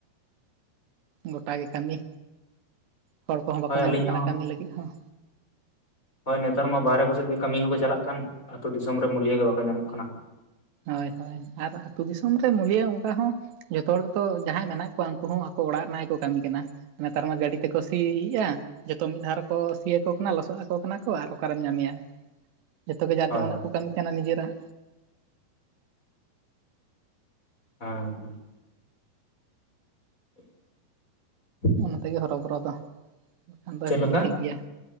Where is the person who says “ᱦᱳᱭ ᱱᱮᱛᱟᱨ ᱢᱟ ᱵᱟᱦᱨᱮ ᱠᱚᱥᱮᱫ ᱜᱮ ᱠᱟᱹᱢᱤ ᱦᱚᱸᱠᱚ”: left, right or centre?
Left